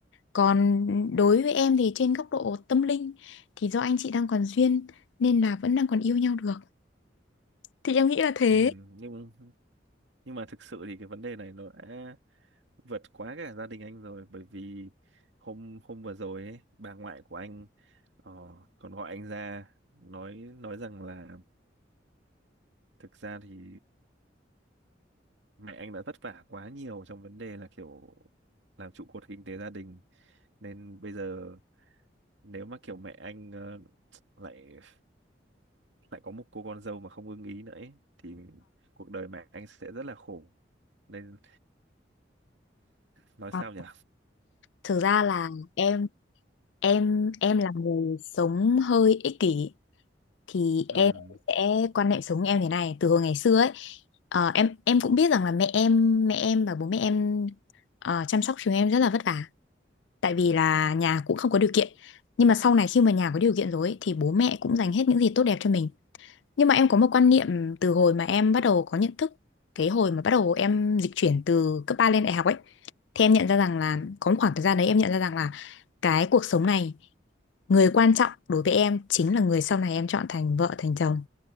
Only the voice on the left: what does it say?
Còn đối với em thì trên góc độ tâm linh thì do anh chị đang còn duyên nên là vẫn đang còn yêu nhau được. Thì em nghĩ là thế.
Ờ,
Thực ra là em em em là người sống hơi ích kỷ thì em
sẽ quan niệm sống em thế này từ hồi ngày xưa ấy Ờ, em em cũng biết rằng là mẹ em mẹ em và bố mẹ em ờ, chăm sóc chúng em rất là vất vả tại vì là nhà cũng không có điều kiện nhưng mà sau này khi mà nhà có điều kiện rồi ấy, thì bố mẹ cũng dành hết những gì tốt đẹp cho mình Nhưng mà em có một quan niệm từ hồi mà em bắt đầu có nhận thức, cái hồi mà bắt đầu em dịch chuyển từ cấp 3 lên đại học ấy, thì em nhận ra rằng là có một khoảng thời gian đấy em nhận ra rằng là cái cuộc sống này, người quan trọng đối với em chính là người sau này em chọn thành vợ thành chồng.